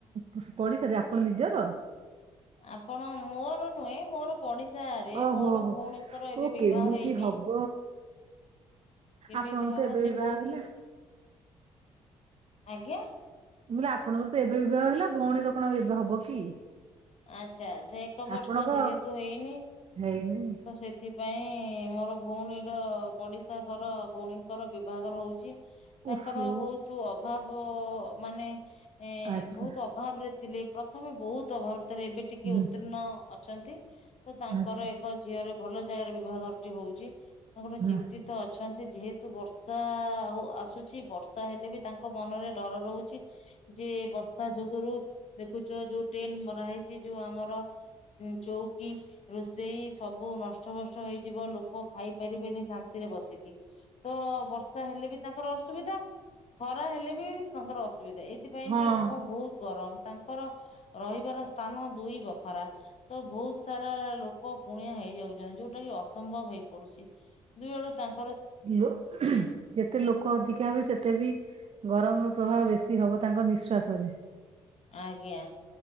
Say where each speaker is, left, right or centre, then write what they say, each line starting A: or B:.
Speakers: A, on the right; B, on the left.
A: ପସ୍-ପଡି଼ସାରେ ଆପଣ ନିଜର?
B: ଆପଣ ମୋର ନୁହେଁ ମୋର ପଡି଼ଶା ଆରେ
A: ଓହୋ
B: ମୋର
A: ହୋ
B: ଭୋଉଣୀଙ୍କର ଏବେ
A: ଓ
B: ବିବାହ
A: କେମିତି
B: ହେଇନି।
A: ହବ
B: କେମିତି
A: ଆପଣଙ୍କର
B: ହବ
A: ତ ଏବେ
B: ସେ
A: ବିବାହ
B: ବୋହୁତୁ,
A: ହେଲା।
B: ଆଜ୍ଞା?
A: ମୁଁ କଇଲି ଆପଣଙ୍କର ତ ଏବେ ବିବାହ ହେଲା ଭୋଉଣୀର କଣ ଏବେ ହବ କି?
B: ଆଚ୍ଛା ଆଚ୍ଛା ଏକ ବର୍ଷ
A: ଆପଣଙ୍କ
B: ଯେହେତୁ ହେଇନି
A: ହେଇନି
B: ତ ସେଥି ପାଇଁ ମୋର ଭୋଉଣୀର ପଡି଼ଶା ଘର ଭୋଉଣୀଙ୍କର ବିବାଘର ହୋଉଚି। ତାଙ୍କର
A: ଓହୋ
B: ବୋହୁତୁ ଅଭାବ ମାନେ ଏ-ବୋହୁତ
A: ଆଚ୍ଛା
B: ଅଭାବରେ ଥିଲେ ପ୍ରଥମେ ବୋହୁତ ଅଭାବ ଭିତରେ ଏବେ ଟିକେ
A: ହୁଁ
B: ଉତ୍ତୀର୍ଣ୍ଣ ଅଛନ୍ତି। ତ ତାଙ୍କର
A: ଆଚ୍ଛା
B: ଏକ ଝିଅର ଭଲ ଜାଗାରେ ବିବାଘରଟି ହୋଉଚି ତାଙ୍କର
A: ହୁଁ
B: ଚିନ୍ତିତ ଅଛନ୍ତି ଯେହେତୁ ବର୍ଷା ହୋଉ-ଆସୁଛି ବର୍ଷା ହେଲେ ବି ତା ଙ୍କ ମନରେ ଡର ରହୁଚି ଯେ ବର୍ଷା ଯୋଗରୁ ଦେଖୁଚ ଯୋଉ ଟେଣ୍ଡ୍ ମରା ହେଇ ଚି ଯୋଉ ଆମର ଉଁ ଚୋଉକି ରୋଷେଇ ସବୁ ନଷ୍ଟଭ୍ରଷ୍ଟ ହେଇଯିବ ଲୋକ ଖାଇପାରିବେନି ଶାନ୍ତିରେ ବସିକି ତ ବର୍ଷା ହେଲେ ବି ତାଙ୍କର ଅସୁବିଧା। ଖରା ହେଲେ ବି ତାଙ୍କର ଅସ୍ ସୁବିଧା ଏଇଥିପାଇଁ
A: ହଁ।
B: ଯେ ଲୋକ ବୋହୁତ ଗରମ ତାଙ୍କର ରହିବାର ସ୍ଥାନ ଦୁଇ ବଖରା ତ ବୋହୁତ ସାରା ଲୋକ କୁଣିଆ ହେଇଯାଉଚନ୍ତି ଯୋଉଟା କି ଅସମ୍ଭବ ହେ ହେଇ ପଡୁ଼ଚି ଦୁଇ ଆଡୁ ତାନ୍
A: ଲୋ ଯେତେ ଲୋକ ଅଧିକା ହେବେ ସେତେ ବି ଗରମର ପ୍ରଭାବ ବେଶୀ ହବ ତାଙ୍କ ନିଶ୍ୱାସରେ।
B: ଆଜ୍ଞା।